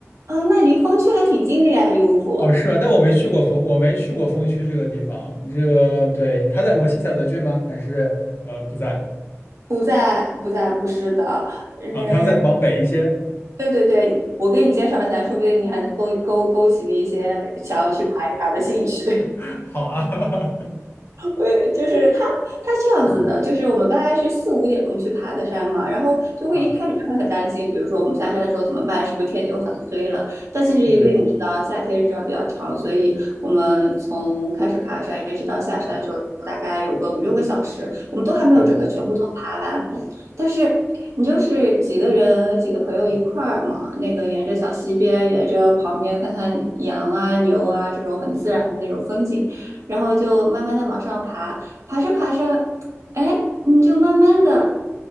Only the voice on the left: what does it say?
哦，是啊，但我没去过风，我没去过风区这个地方。这个，对，他在摩西塞德郡吗？还是呃不在
啊？他要再往北一些。
<laughs> 好啊，<laughs>
啊，
嗯，
对，